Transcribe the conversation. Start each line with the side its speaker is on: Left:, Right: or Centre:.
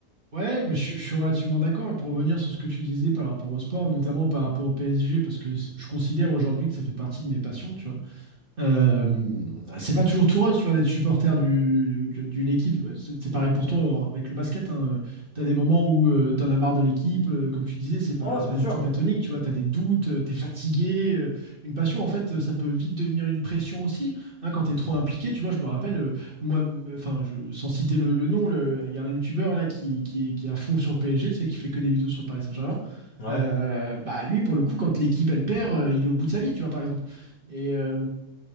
Right: Ouais, mais je, je suis relativement d'accord. Et pour revenir sur ce que tu disais par rapport au sport, notamment par rapport au PSG, parce que je considère aujourd'hui que ça fait partie de mes passions, tu vois. Euh, c'est pas toujours tout rose, tu vois, d'être supporter du- du- d'une équipe. C'est c'est pareil pour toi hein, avec le basket. Hein. T'as des moments où euh, t'en as marre de l'équipe. euh, comme tu disais, c'est pas,
Left: Ouais,
Right: c'est
Left: bien
Right: pas du
Left: sûr.
Right: tout platonique. Tu vois, t'as des doutes, euh, t'es fatigué. euh, une passion, en fait, euh, ça peut vite devenir une pression aussi. Hein, quand t'es trop impliqué, tu vois, je me rappelle, euh, moi, m- enfin, je, sans citer le, le nom, le- il y a un youtubeur là qui, qui, qui est à fond sur PSG, tu sais, qui fait que des vidéos sur le Paris Saint-Germain.
Left: Ouais,
Right: Euh, bah lui, pour le coup, quand l'équipe elle perd, euh, il est au bout de sa vie, tu vois, par exemple. Et, euh,